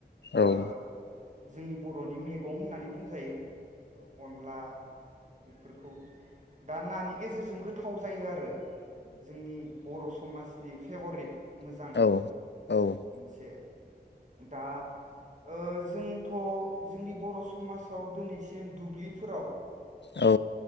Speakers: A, on the left; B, on the right.
A: औ
B: ओ
A: औ
B: जोंनि बरनि मेगं होननानै बुंजायो अनला बेफोरखौ दान नानि गेजेरजों गोथाव जायो आरो जोंनि बर स समाजनि फेभरिट मोजां
A: औ
B: मोनसे दा ओ जोंथ जोंनि बर समासाव दोनैसिम दुब्लिफोराव
A: औ